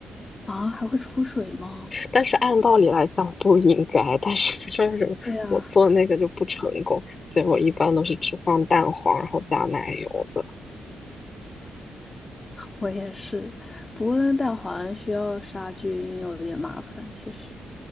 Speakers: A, on the left; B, on the left.
A: 啊，还会出水吗？
B: 但是按道理来讲不应该，但是不知道为什么我做那个就不成功，
A: 对呀，
B: 所以我一般都是只放蛋黄，然后加奶油的。
A: 我也是，不过蛋黄需要杀菌，有点麻烦。其实，